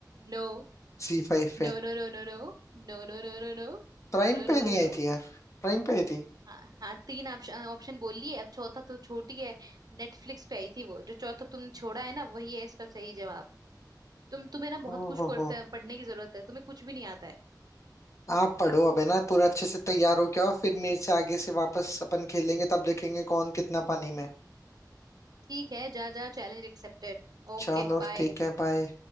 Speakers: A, on the right; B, on the left.
A: No
B: सी फाइव पे
A: no no no no No no no no no No
B: प्राइम
A: no no
B: पे
A: no
B: नहीं
A: no
B: आई
A: No
B: थी यार प्राइम पे आई थी
A: हाँ हाँ तीन ऑप्शन ऑप्शन बोल लिए अब चौथा तो छूट ही है नेटफ्लिक्स पे आई थी वो जो चौथा तुमने छोड़ा है ना वही है इसका सही जवाब तुम तुम्हें ना बहुत
B: ओहो
A: कुछ कर- कर- पढ़ने की जरूरत है तुम्हें कुछ भी नहीं आता है
B: आप पढ़ो अब है ना पूरा अच्छे से तैयार हो क्या और फिर मेरे से आगे से वापस अपन खेलेंगे तब देखेंगे कौन कितना पानी में है।
A: ठीक है जा जा चैलेंज एक्सेप्टेड Okay
B: चलो
A: bye
B: ठीक है बाय